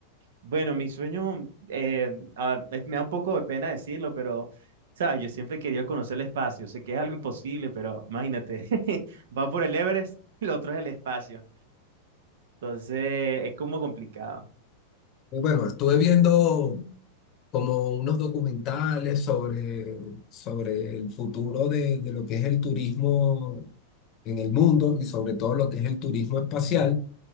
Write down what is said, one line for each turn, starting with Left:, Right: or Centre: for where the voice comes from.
Right: Bueno, mi sueño, eh, ah, es- me da un poco de pena decirlo, pero, ¿sabes? Yo siempre he querido conocer el espacio. Sé que es algo imposible, pero imagínate, <laughs> va por el Everest, <laughs> lo otro es el espacio. Entonces, es como complicado.
Left: Y bueno, estuve viendo como unos documentales sobre, sobre el futuro de, de lo que es el turismo en el mundo y sobre todo lo que es el turismo espacial.